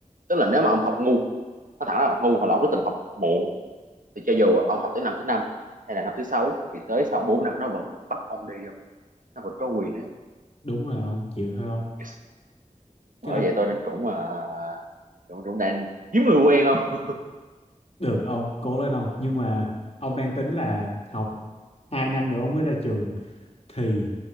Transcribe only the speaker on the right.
tức là nếu mà ông học ngu nó thẳng ra học ngu hoặc là ông có tình học muộn thì cho dù ông học tới năm thứ năm hay là năm thứ sáu thì tới sau 4 năm nó vẫn bắt ông đi không nó vẫn có quyền đấy
yes.
bởi
vậy tôi đang cũng mà cũng cũng đang kiếm người quen không